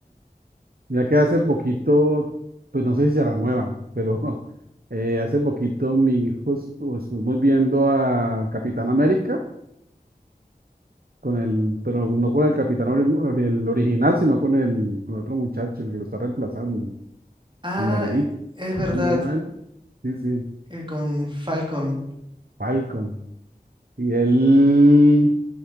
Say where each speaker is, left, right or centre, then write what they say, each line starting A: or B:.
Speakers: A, on the right; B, on the right.
A: Ya que hace poquito, pues no sé si será nueva, pero <laughs> eh, hace poquito mi hijo estu- estuvimos viendo al Capitán América, con el, pero no con el Capitán ori- el original, sino con el, con otro muchacho, el que lo está reemplazando,
B: Ah,
A: el morenito,
B: es verdad,
A: ¿cómo se llama él? Sí, sí,
B: eh, con Falcon.
A: Falcon. Y él